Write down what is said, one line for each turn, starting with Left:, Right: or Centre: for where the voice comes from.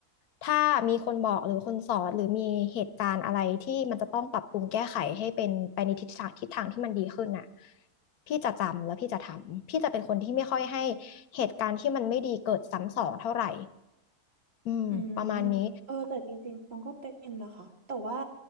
Left: ถ้ามีคนบอกหรือคนสอนหรือมีเหตุการณ์อะไรที่มันจะต้องปรับปรุงแก้ไขให้เป็นไปในทิศทางทิศทางที่มันดีขึ้นน่ะพี่จะจำแล้วพี่จะทำพี่จะเป็นคนที่ไม่ค่อยให้เหตุการณ์ที่มันไม่ดีเกิดซ้ำสองเท่าไหร่ อืมประมาณนี้
Right: อืมเออแต่จริงๆตองก็เป็นนะคะ แต่ว่า